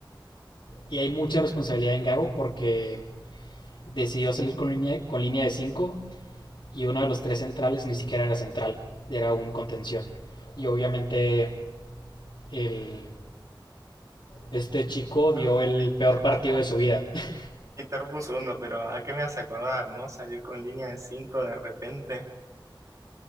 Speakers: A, on the left; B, on the right.
A: y hay mucha responsabilidad en Gago porque decidió salir con línea, con línea de 5. y uno de los tres centrales ni siquiera era central, era un contención. Y obviamente el, este chico
B: <laughs>
A: dio
B: Perdón,
A: el
B: te
A: peor
B: interrumpo,
A: partido de su vida. <laughs>
B: te interrumpo un segundo, pero ¿a qué me hace acordar, no? Salir con línea de cinco de repente.